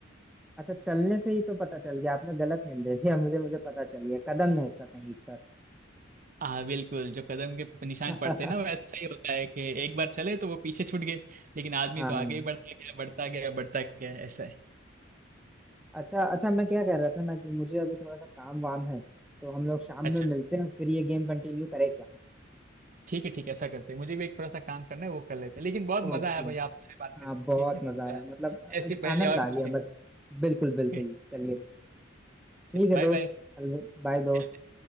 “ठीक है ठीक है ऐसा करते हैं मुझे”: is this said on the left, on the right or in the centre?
Right